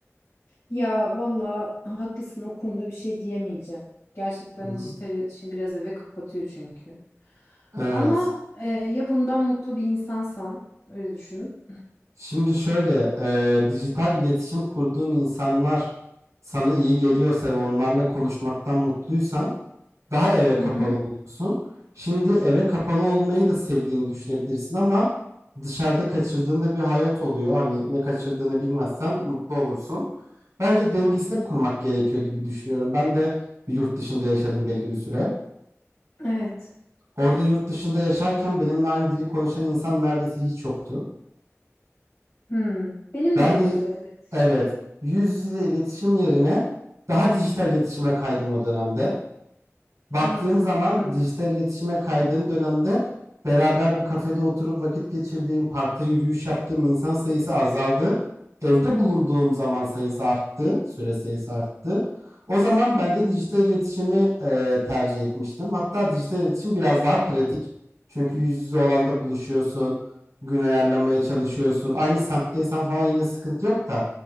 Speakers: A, on the left; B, on the right.
A: Ya valla haklısın o konuda bir şey diyemeyeceğim. Gerçekten
B: Hı hı.
A: dijital iletişim biraz eve kapatıyor çünkü.
B: Evet.
A: Ama e, ya bundan mutlu bir insansan, öyle düşün.
B: Şimdi şöyle, e, dijital iletişim kurduğun insanlar sana iyi geliyorsa ve onlarla konuşmaktan mutluysan daha eve
A: Hı
B: kapalı
A: hı.
B: oluyorsun. Şimdi eve kapalı olmayı da sevdiğini düşünebilirsin ama dışarıda kaçırdığında bir hayat oluyor. Hani ne kaçırdığını bilmezsen mutlu olursun. Bence dengesini kurmak gerekiyor gibi düşünüyorum. Ben de bir yurt dışında yaşadım belli bir süre.
A: Evet.
B: Orada yurt dışında yaşarken benimle aynı dili konuşan insan neredeyse hiç yoktu.
A: Hmm. Benim
B: Ben
A: de yoktu.
B: de
A: Evet.
B: evet yüz yüze iletişim yerine daha dijital iletişime kaydım o dönemde. Baktığım
A: Anladım,
B: zaman
A: anladım.
B: dijital iletişime kaydığım dönemde beraber bir kafede oturup vakit geçirdiğim, parkta yürüyüş yaptığım insan sayısı azaldı. Evde bulunduğum zaman sayısı arttı, süre sayısı arttı. O zaman ben de dijital iletişimi e, tercih etmiştim. Hatta dijital iletişim biraz daha pratik. Çünkü yüz yüze olan da buluşuyorsun, gün ayarlamaya çalışıyorsun. Aynı semtteysen falan yine sıkıntı yok da